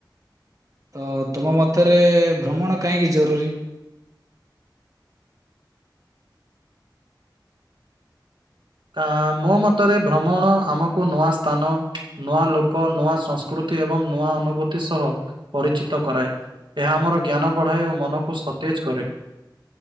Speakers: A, on the right (about 45°); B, on the right (about 80°).
A: ତ ତୁମ ମତରେ ଭ୍ରମଣ କାହିଁକି ଜରୁରୀ।
B: ତା ମୋ ମତରେ ଭ୍ରମଣ ଆମକୁ ନୂଆ ସ୍ଥାନ ନୂଆ ଲୋକ ନୂଆ ସଂସ୍ ପ୍କୃତି ଏବଂ ନୂଆ ଅନୁଭୂତି ସହ ପରିଚିତ କରାଏ। ଏହା ଆମର ଜ୍ଞାନ ବଢ଼ାଏ ଓ ମନକୁ ସତେଜ କରେ।